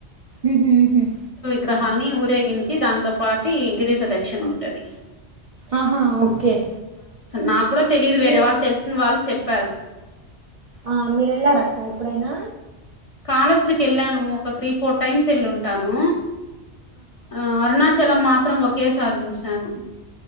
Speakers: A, on the right; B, on the left.
A: ఉహుమ్ ఉహుమ్
B: గ్రహాన్ని ఊరేగించి దాంతో పాటు గిరి ప్రదక్షిణ ఉంటుది
A: ఆహా ఓకే
B: నాకు కూడా తెలియదు వేరే
A: మీరు
B: వాళ్ళు తెలిసిన వాళ్ళు చెప్పారు
A: ఆ మీరు వెళ్ళారక్క ఎప్పుడైనా
B: కాళశ్రికి వెళ్ళాను ఒక త్రీ ఫోర్ టైమ్స్ వెళ్ళి ఉంటాను ఆ అరుణాచలం మాత్రం ఒకేసారి చూసాను